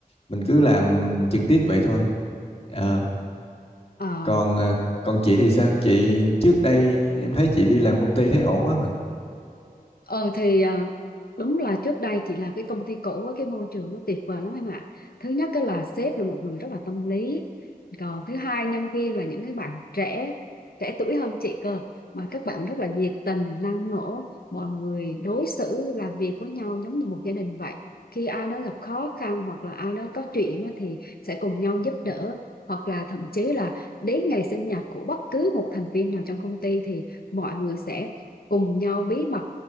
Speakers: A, on the left; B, on the left.
A: mình cứ làm trực tiếp vậy thôi. Ờ,
B: Ờ
A: còn à, còn chị thì sao? Chị trước đây em thấy chị đi làm công ty thấy ổn quá mà.
B: Ờ thì à, đúng là trước đây chị làm cái công ty cũ á, cái môi trường nó tuyệt vời lắm em ạ. Thứ nhất cái là sếp là một người rất là tâm lý. Còn thứ hai nhân viên là những cái bạn trẻ trẻ tuổi hơn chị cơ mà các bạn rất là nhiệt tình, năng nổ, mọi người đối xử làm việc với nhau giống như một gia đình vậy. Khi ai đó gặp khó khăn hoặc là ai đó có chuyện á thì sẽ cùng nhau giúp đỡ hoặc là thậm chí là đến ngày sinh nhật của bất cứ một thành viên nào trong công ty thì mọi người sẽ cùng nhau bí mật